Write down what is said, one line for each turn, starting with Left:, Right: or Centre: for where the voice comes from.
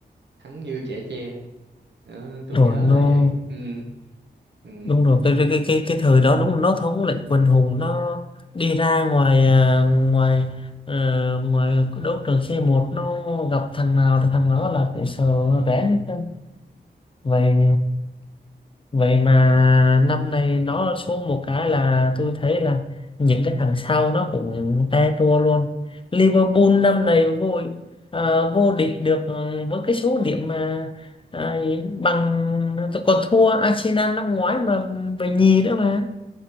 Right: thắng như chẻ tre đó, tôi
Left: rồi
Right: nhớ
Left: nó
Right: là vậy ừ, ừ,
Left: đúng rồi cái cái cái cái, cái thời đó đúng là nó thống lĩnh quần hùng nó đi ra ngoài à, ngoài ờ, ngoài đấu trường c một nó gặp thằng nào là thằng đó là cũng sợ nó rén hết trơn. vậy vậy mà năm nay nó xuống một cái là tôi thấy là những cái thằng sau nó cũng te tua luôn Liverpool năm nay vô ờ, vô địch được ừ, với cái số điểm mà à, bằng còn thua Arsenal năm ngoái mà về nhì nữa mà